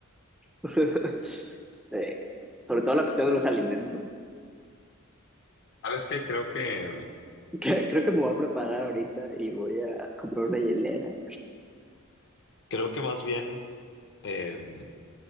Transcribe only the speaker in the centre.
<laughs> Eh, sobre todo la cuestión de los alimentos.
Que- Creo que me voy a preparar ahorita y voy a comprar una hielera.